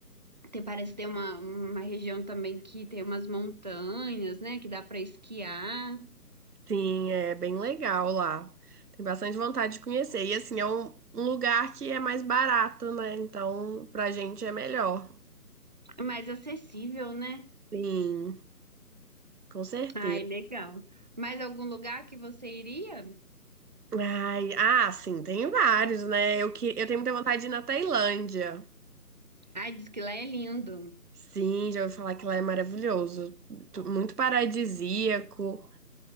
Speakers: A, on the right (about 25°); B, on the right (about 70°).
A: tem, parece que tem uma, uma região também que tem umas montanhas, né, que dá para esquiar,
B: Sim, é bem legal lá. Tem bastante vontade de conhecer. E assim, é um, um lugar que é mais barato, né? Então, pra gente é melhor.
A: é mais acessível, né?
B: Sim, com certeza.
A: Ai, legal. Mais algum lugar que você iria?
B: Ai, ah, sim, tem vários, né? Eu, que, eu tenho muita vontade de ir na Tailândia.
A: Ai, diz que lá é lindo.
B: Sim, já ouvi falar que lá é maravilhoso. Tu- Muito paradisíaco.